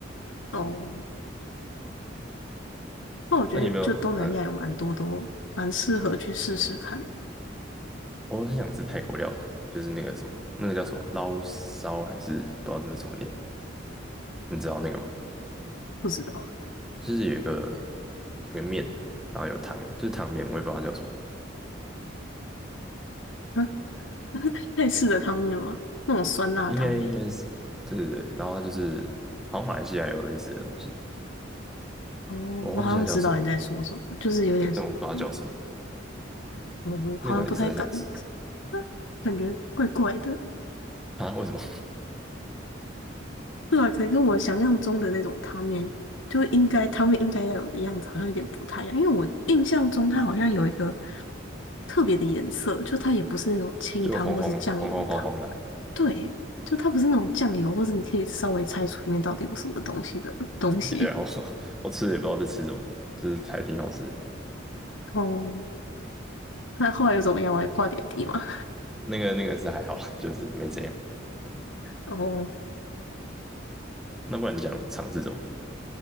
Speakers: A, on the left; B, in the centre.
A: 哦，那我觉得就东南亚有蛮多都蛮适合去试试看，
B: 那你有没有？嗯，我很想吃泰国料理，就是那个什么，那个叫什么捞烧还是不知道那怎么念？你知道那个吗？
A: 不知道
B: 就是有一个有个面，然后有汤，就是汤面，我也不知道它叫什么，
A: 啊，类似的汤面吗？那种酸辣汤面。
B: 应该应该是对对对。然后它就是好像马来西亚有类似的东西，
A: 哦，
B: 我忘记它叫什么了。
A: 我好像知道你在说什么，就是有点，
B: 对，但我不知道叫什么，
A: 嗯，我好像不太敢，
B: 那个一直很想吃
A: 啊感觉怪怪的。
B: 啊？为什么？
A: 对啊，可能跟我想象中的那种汤面，就应该汤面应该要有的样子，好像有点不太一样。因为我印象中它好像有一个特别的颜色，就它也不是那种清汤或是酱油汤。
B: <laughs> 就红红红红黄黄的，
A: 对，就它不是那种酱油，或是你可以稍微猜出里面到底有什么东西的 <laughs> 东西。
B: 哦，也对啊，我 <laughs> 我吃的也不知道在吃什么，就是还挺好吃的。
A: 哦，那后来又怎么样啊？有挂点滴吗？
B: 那个那个是还好啦，就是没怎样。
A: <laughs> 后
B: 那不然你想尝试什么？